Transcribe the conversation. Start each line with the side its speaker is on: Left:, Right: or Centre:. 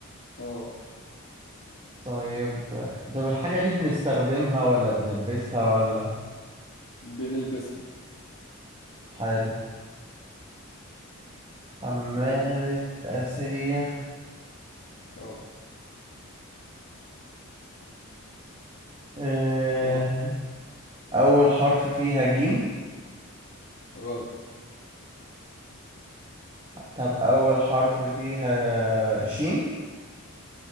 Left: اه
Right: طيب طب الحاجة دي بنستخدمها ولا بنلبسها ولا
Left: بنلبسها
Right: حلو حمالة
Left: امم
Right: آسية
Left: اه
Right: إيه.
Left: اه
Right: أول حرف فيها جيم
Left: غلط
Right: طب أول حرف فيها شين